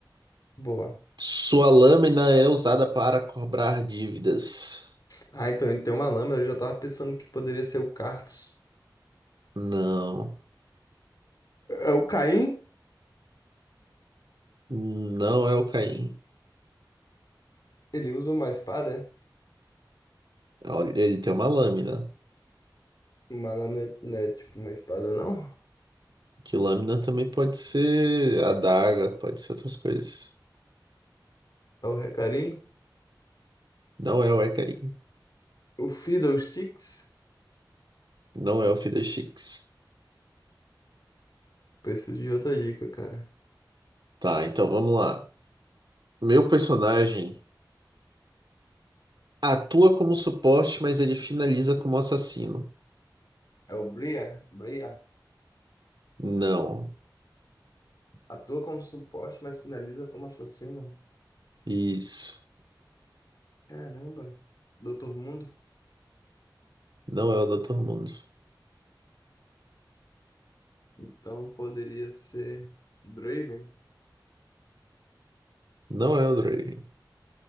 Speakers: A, on the left; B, on the right.
A: Boa.
B: Sua lâmina é usada para cobrar dívidas.
A: Ah, então ele tem uma lâmina. Eu já tava pensando que poderia ser o Cartus.
B: Não.
A: É o Caim?
B: Não é o Caim.
A: Ele usa uma espada?
B: Olha, Ele tem uma lâmina.
A: é? Uma lâmina não é tipo uma espada, não?
B: Que lâmina também pode ser adaga, pode ser outras coisas.
A: É o Recarim?
B: Não é o Ecarim.
A: O Fiddlesticks?
B: Não é o Fiddlesticks.
A: Preciso de outra dica, cara.
B: Tá, então vamos lá. Meu personagem atua como suporte, mas ele finaliza como assassino.
A: É o Briar? Bria.
B: Não.
A: Atua como suporte, mas finaliza como assassino.
B: Isso.
A: Caramba, Doutor Mundo?
B: Não é o Dr. Mundo.
A: Então poderia ser Draven.
B: Não é o Draven.